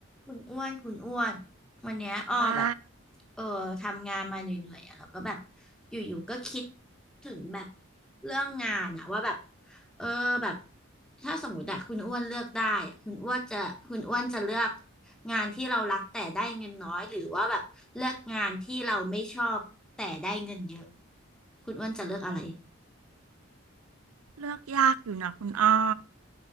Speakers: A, in the centre; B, on the right (about 80°).
A: คุณอ้วนคุณอ้วน วันเนี้ยอ้อแบบ
B: ว่า
A: เออทำงานมาเหนื่อยๆอ่ะแล้วก็แบบอยู่ๆก็คิดถึงแบบเรื่องงานอ่ะว่าแบบเออแบบถ้าสมมติอะคุณอ้วนเลือกได้อะคุณอ้วนจะคุณอ้วนจะเลือกงานที่เรารักแต่ได้เงินน้อยหรือว่าแบบเลือกงานที่เราไม่ชอบแต่ได้เงินเยอะ คุณอ้วนจะเลือกอะไร
B: เลือกยากอยู่นะคุณอ้อ